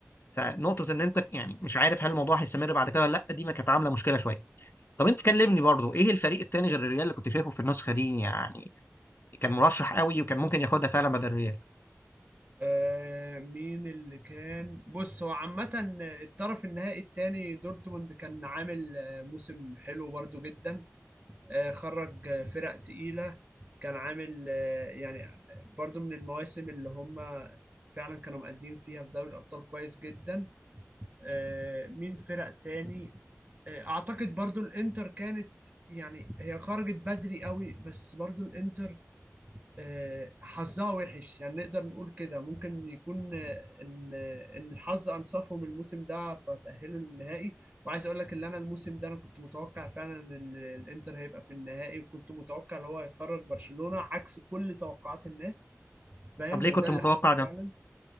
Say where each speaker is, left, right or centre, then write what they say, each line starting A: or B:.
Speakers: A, on the left; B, on the right.
A: فنقطه ان انت يعني مش عارف هل الموضوع هيستمر بعد كده ولا لا دي ما كانت عامله مشكله شويه طب انت كلمني برضو ايه الفريق التاني غير الريال اللي كنت شايفه في النسخه دي يعني كان مرشح قوي وكان ممكن ياخدها فعلا بدل الريال
B: آه مين اللي كان بص هو عامة الطرف النهائي التاني دورتموند كان عامل آه، موسم حلو برضو جدا آه، خرج فرق تقيلة كان عامل آه، يعني برضو من المواسم اللي هم فعلا كانوا مقدمين فيها في دوري الأبطال كويس جدا آه، مين فرق تاني آه، أعتقد برضو الإنتر كانت يعني هي خرجت بدري قوي بس برضو الإنتر آه، حظها وحش يعني نقدر نقول كده ممكن يكون آه، ان آه، ان الحظ انصفهم الموسم ده فتأهلوا للنهائي وعايز اقول لك ان انا الموسم ده انا كنت متوقع فعلا ان ال- الانتر هيبقى في النهائي وكنت متوقع ان هو هيخرج برشلونة عكس كل توقعات الناس فاهم
A: طب ليه
B: وده
A: كنت
B: اللي
A: متوقع
B: حصل
A: ده
B: فعلا